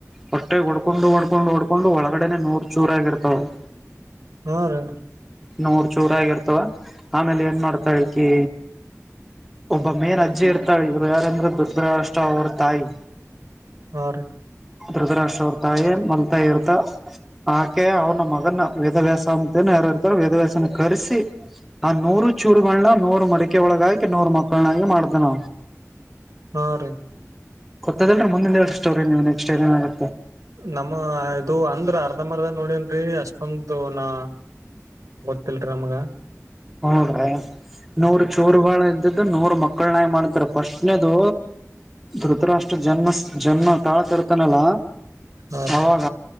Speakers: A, in the centre; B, on the right.
A: ಹೊಟ್ಟೆ ಹೊಡ್ಕೊಂಡು ಒಡ್ಕೊಂಡು ಹೊಡ್ಕೊಂಡು ಒಳಗಡೆನೆ ನೂರ್ ಚೂರ ಆಾಗಿಿರ್ತಾವ ಅವು
B: ಹಾ ರೀ
A: ನೂರ್ ಚೂರ ಆಗಿರ್ತವ ಆಮೇಲೆ ಏನ್ ಮಾಡ್ತಾಳ ಕಿ ಒಬ್ಬ ಮೇನ್ ಅಜ್ಜಿ ಇರ್ತಾಳೆ ಇವ್ರು ಯಾರಂದ್ರೆ ಧೃತರಾಷ್ಟ್ರ ಅವ್ರ ತಾಯಿ
B: ಹ
A: ಧೃತರಾಷ್ಟ್ರ ಅವ್ರ ತಾಯಿ ಮಲತಾಯಿ ಇರ್ತ ಆಕೆ ಅವ್ರನ ಮಗನ್ನ ವೇದವ್ಯಾಸ ಅಂತೇನ ಯಾರ ಇರ್ತಾರ ವೇದವ್ಯಾಸನ ಕರೆಸಿ ಆ ನೂರು ಚೂರುಗಳನ್ನ ನೂರು ಮಡಿಕೆ ಒಳಗಾಕಿ ನೂರು ಮಕ್ಕಳನಾಗಿ ಮಾಡ್ತಳ
B: ಹಾ ರೀ
A: ಗೊತ್ತದಲ್ರ ಮುಂಡಿದೆರಡು ಸ್ಟೋರಿ ನೀವು ನೆಕ್ಸ್ ಹಲಾಕ್
B: ನಮ್ಮ ಇದು ಅಂದ್ರ ನಮರ್ದು ನೋಡನ್ರಿ ಅಷ್ಟೊಂದು ನಾ ಗೊತ್ತಿಲ್ರಿ ನಮಗ
A: ಹ ರ ನೋರು ಚೋರು ಇದ ನೂರ್ ಮಕ್ಕಳ ನಾಯ್ ಮಾಡ್ತಾರೆ ಫಸ್ಟ್ನೇದು ಧೃತರಾಷ್ಟ್ರ ಜನ್ಮ ಜನ್ಮ ತಾಳ್ ತಿರ್ತನಲ್ಲ
B: ಹಾ
A: ಅವಾಗ